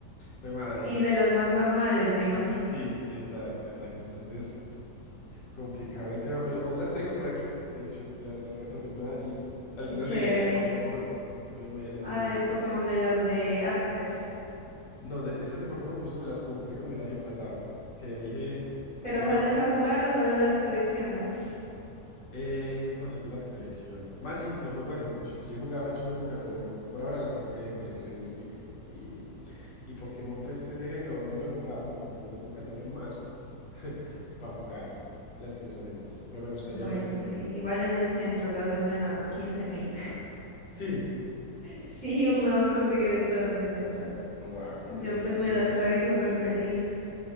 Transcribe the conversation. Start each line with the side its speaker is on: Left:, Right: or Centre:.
Left: Fue madre.
Centre: Y de las más normales, me imagino.
Left: Sí, exacto, exacto. Entonces, complicado el tema, pero aún las tengo por aquí. De hecho, la- las cartas de Magic, algunas
Centre: Qué chévere.
Left: de, de Pokémon. Me, me decidí
Centre: Ay, de Pokémon de las de antes.
Left: No, de, estas de Pokémon justo me las compré como el año pasado, que dije,
Centre: ¿Pero
Left: como,
Centre: sales
Left: ah,
Centre: a jugar o solo las coleccionas?
Left: eh, no, solo las colecciono. Magic no juego hace mucho, sí jugaba en su época, pero por ahora las tengo ahí de colección y, y, y, y Pokémon, pues TCG no, no lo he jugado nunca, no, no- nunca he tenido un mazo <laughs> para jugar, lastimosamente, pero me gustaría
Centre: Bueno,
Left: aprender.
Centre: sí, igual en el centro las venden a quince mil.
Left: Sí,
Centre: Sí, uno consigue de todo en el centro.
Left: wow, qué,
Centre: Yo
Left: qué
Centre: pues
Left: chévere,
Centre: me las traje súper feliz.